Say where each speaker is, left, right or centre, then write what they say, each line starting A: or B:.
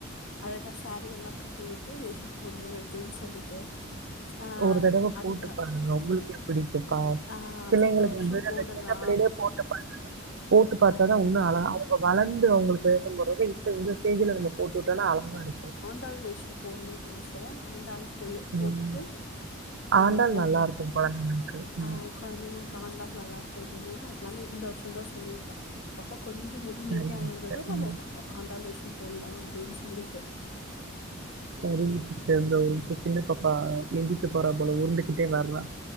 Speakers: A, on the left; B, on the right.
A: அழகா சாரீ எல்லா கட்டிவிட்டு வேஷோ போடணு அப்டின் சொல்லிட்டு ஆ
B: ஒரு தடவ
A: அதுதா
B: போட்டு பாருங்க ஒங்களுக்கே பிடிக்கும்ப்பா
A: ஆ
B: பிள்ளைங்களுக்கு
A: இந்த வருஷோ
B: வந்து
A: போடலா
B: அந்த சின்ன பிள்ளேலயே போட்டு பாத்தா தா போட்டு பாத்தாதான்
A: ஆ
B: வுன்னு அழகா அவுங்க வளந்து அவுங்களுக்கு வேசம் போற்றது இப்ப இந்த ஸ்டேஜுல நம்ம போட்டு வுட்டோனா அழகா இருக்கு
A: டாள் வேஷோ போடணுன் ஆச ஆண்டாள் போயோ போட்டுட்டு
B: ம்.
A: அ
B: ஆண்டாள்
A: போட்லா
B: நல்லா இருக்கும் குழந்தைங்களுக்கு ம்
A: அ கொழந்தைங்களுக்கு ஆண்டாள் நல்லாருக்கு இல்லைங்களா அதுனால இந்த வர்ஷோந் தா சொல்லிருக்கே பாப்பா கொஞ்சோ முடி
B: சரிங்க
A: நீட்டா வந்தது
B: சிஸ்டர்
A: நம்ம
B: ம்
A: ஆண்டாள் வேஷோ போடலா அப்டின் சொல்லிட்டு
B: சரிங்க சிஸ்டர் இந்த ஒர் நிம்ஷோ சின்ன பாப்பா எந்திரிக்க போறா போல உருண்டுகிட்டே வர்ரா